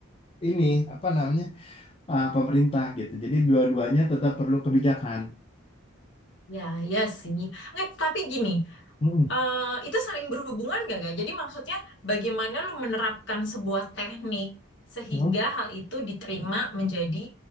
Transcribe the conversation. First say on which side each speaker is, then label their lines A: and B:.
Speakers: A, on the left (about 25°); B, on the left (about 55°).
A: ini apa namanya uh, pemerintah gitu. Jadi dua-duanya tetap perlu kebijakan.
B: ya, ya sih. Nggak, tapi gini,
A: Mm,
B: eh, itu saling berhubungan nggak, gak? Jadi maksudnya bagaimana lu menerapkan sebuah teknik sehingga
A: mm,
B: hal itu diterima menjadi